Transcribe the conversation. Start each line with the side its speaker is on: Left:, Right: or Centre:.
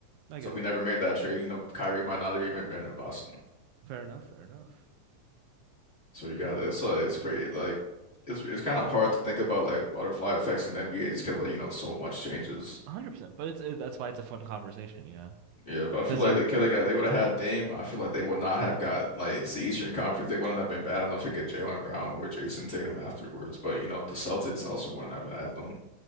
Right: I
Left: So
Right: got
Left: if we never
Right: you.
Left: made that trade, you know, Kyrie might not have even been in Boston.
Right: Fair enough. Fair enough.
Left: So you got
Right: One
Left: it's uh, it's crazy. Like it's it's kind of hard to think about like butterfly effects in the NBA just because like you know so much changes.
Right: hundred percent. But it's it, that's why it's a fun conversation, Yeah,
Left: Yeah, but I feel
Right: Because
Left: like
Right: you,
Left: they could have got they would have had Dame. I feel like they would not have got like it's the Eastern Conference. They wouldn't have been bad enough to get Jalen Brown or Jason Tatum afterwards. But you know the Celtics also wouldn't have had them